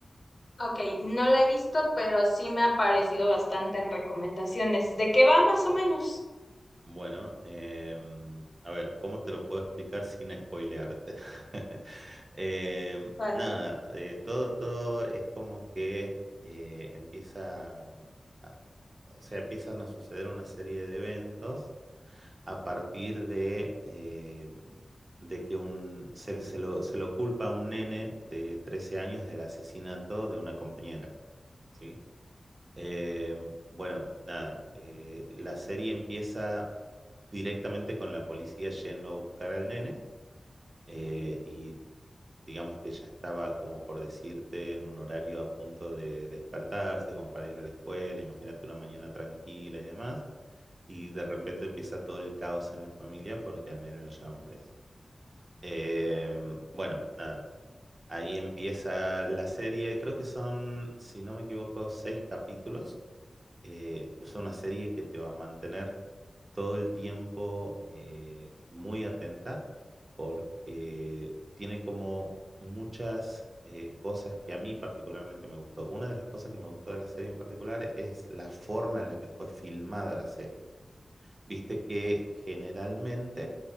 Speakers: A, on the left (about 50°); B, on the right (about 45°).
A: ok, no la he visto, pero sí me ha parecido bastante en recomendaciones. ¿De qué va más
B: Ujú.
A: o menos?
B: Bueno, em, a ver, ¿cómo te lo puedo explicar sin spoilearte? <laughs> Em,
A: Vale.
B: nada, eh, todo, todo es como que eh, empieza, a- o sea, empiezan a suceder una serie de eventos a partir de, eh, de que un, se, se lo, se lo culpa a un nene de 13 años del asesinato de una compañera, ¿sí? Eh, bueno, nada, eh, la serie empieza directamente con la policía yendo a buscar al nene eh, y digamos que ya estaba como por decirte en un horario a punto de despertarse, como para ir a la escuela, imagínate una mañana tranquila y demás. Y de repente empieza todo el caos en la familia porque al nene lo llevan preso. Em, bueno, nada, ahí empieza la serie. Creo que son, si no me equivoco, seis capítulos. Eh, es una serie que te va a mantener todo el tiempo eh, muy atenta porque tiene como muchas eh, cosas que a mí particularmente me gustó. Una de las cosas que me gustó de la serie en particular es la forma en la que fue filmada la serie Viste que generalmente,